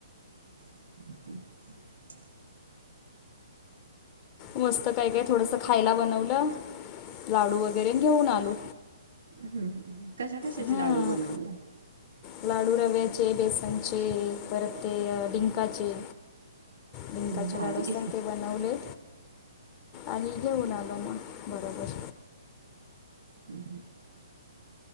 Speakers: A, on the right; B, on the left.
A: हम्म्
B: मस्त काय, काय थोडस खायला बनवलं लाडू वगैरे घेऊन आलो
A: हम्म, हम्म ह कशा कशाचे
B: हां
A: लाडू बनवले
B: लाडू रव्याचे, बेसनचे, परत ते डिंकाचे डिंकाचे
A: भारी
B: लाडू आसता ते बन लावले. आणि घेवून आलो म बराबर.
A: हम्, ह.